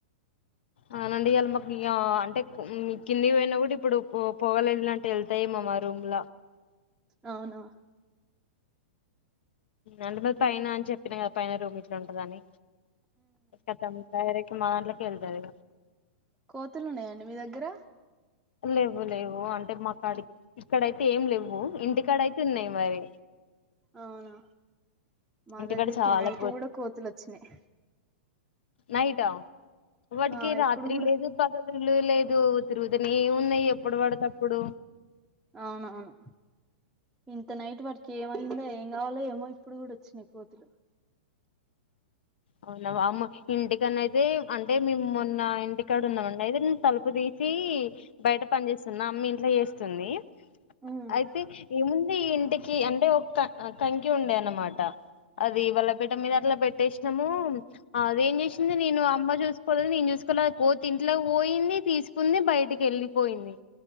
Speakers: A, on the left; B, in the centre.
A: అవునండి ఇవాళ మాకు ఇ అంటే కింది పోయినా కూడా ఇప్పుడు పో పోగలేదు ఇలాంటి వెళ్తాయే మామా రూమ్ లా
B: అవునా
A: అంట మరి పైన అని చెప్పిన కదా పైన కిలోమీటర్లు ఉంటదని త తైరకి మా దాంలోకి వెళ్తారు
B: కోతులు ఉన్నాయండి మీ దగ్గర
A: లేవు లేవు అంటే మా కాడ ఇక్కడయితే ఏం లేవు ఇంటికాడ అయితే చిన్న మరి
B: అవునా మా
A: ఇంటికాడ
B: దగ్గరికి
A: చాలా
B: నైట్ కూడా కోతులు వచ్చినాయి
A: నైటా వాటికి
B: ఆ
A: రాత్రి
B: ఇప్పుడు కూడా
A: లేదు పగలు లేదు తిరుగుదని ఏ ఉన్నాయి ఎప్పుడు పడతప్పుడు
B: అవునవును ఇంత నైట్ వర్క్ ఏమైందో ఏం కావాలో ఏమై ఇప్పుడు కూడా వచ్చినాయి కోతులు
A: అవునా అమ్మ ఇంటికన్నాైతే అంటే మమ్ నా ఇంటికాడ ఉన్నామండి అయితే తలుపు తీసి బయట పని చేే అమ్మ ఇంట్లో చేస్తుంది
B: ఉమ్
A: అయితే ఏముంది ఈ ఇంటికి అంటే ఒ కంకి ఉండే అన్నమాట అది బల్లపేట మీద అట్ల పెట్టేసి మూ అదేం చేసింది నేను అమ్మ చూసుకో నేను చూసుకున్న కోతి ఇంట్లో పోయింది తీసుకుంది బయటికి వెళ్ళిపోయింది